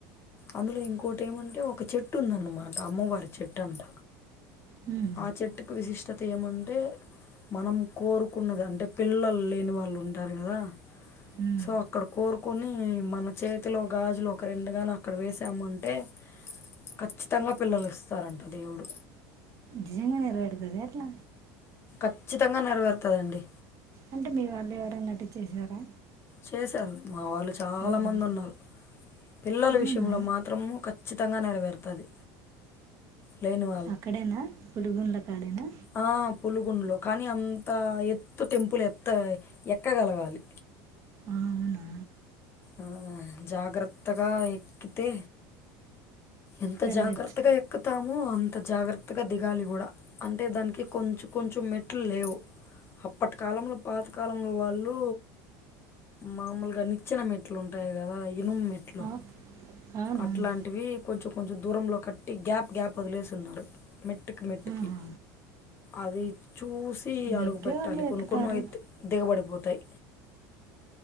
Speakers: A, on the left; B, on the right.
A: అందులో ఇంకోటి ఏమంటే ఒక చెట్టు ఉందన్నమాట అమ్మవారి చెట్టు అంట
B: హుమ్
A: ఆ చెట్టుకు విశిష్టత ఏమంటే, మనం కోరుకున్నది అంటే పిల్లలు లేని వాళ్ళు ఉంటారు కదా
B: ఉమ్.
A: సో అక్కడ కోర కొ ఉమ్ మన చేతిలో గాజులు ఒక రెండుగానీ అక్కడ వేసామంటే ఖచ్చితంగా పిల్లలు ఇస్తారంట దేవుడు
B: నిజంగానే నెరవేరుతాదా ఎట్లా
A: ఖచ్చితంగా నెరవేరుతదండి
B: అంటే మీ వాళ్ళు ఎవరన్నట్టు చేసారా
A: చేశారు మా వాళ్ళు చాలా
B: ఆహా
A: మంది ఉన్నారు పిల్లల
B: అవునా
A: విషయంలో మాత్రము ఖచ్చిత తంగా నెరవేరుతుంది లేని
B: అక్కడేనా పుడిగుండాల డేనా
A: ఆ పులుగుండ్లలో కానీ అంత ఎత్తు టెంపుల్ ఎత్త ఎక్కగలగాలి
B: అవునా
A: ఆ జాగ్రత్తగా ఎక్కితే ఎంత
B: వెళ్ళొచ్చు
A: జాగ్రత్తగా ఎక్కుతామో అం అంత జాగ్రత్తగా దిగాలి కూడా అంటే దానికి కొంచ్ కొంచం మెట్లు లేవ్ అప్పటి కాలంలో పాత కాలం ఉమ్ వాళ్ళు మామలుగా నిచ్చన మెట్లు మెట్లు ఉంటాయి కదా ఇనుము మెట్లు
B: అవు- అవునవును
A: అట్లాంటివి కొంచెం కొంచెం దూరంలో కట్టి గ్యాప్ గ్యాప్ వదిలేసిన్నారు మెట్టుకి మెట్టుకి
B: ఆహా.
A: అవి చూసి అడుగు
B: ఎక్కే
A: పెట్టాలి
B: వాళ్ళు ఎక్కుతారు
A: కొన్ని కొన్ని అయితే దిగబడిపోతాయి